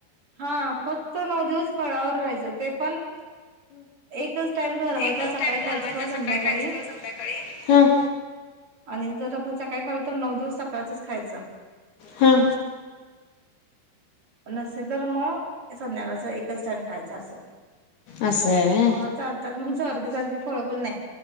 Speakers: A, on the right; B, on the left.
A: हा फक्त नऊ दिवस फळावर राहायचं ते पण एकच टाइम. ठरवायचा
B: एकच
A: सकाळी
B: टाईम
A: खायचं
B: ठरवायच
A: किंवा संध्याकाळी
B: सकाळी खायच का संध्याकाळी.. हम.
A: आणि जर आपण सकाळी खालो तर नऊ दिवस सकाळचच खायचं.
B: हा
A: <inaudible> नसेल तर म संध्याकाळच एकच टाइम खायचा असं
B: असं आहे
A: हो चालतात सारखे सारखे फळ पण नाही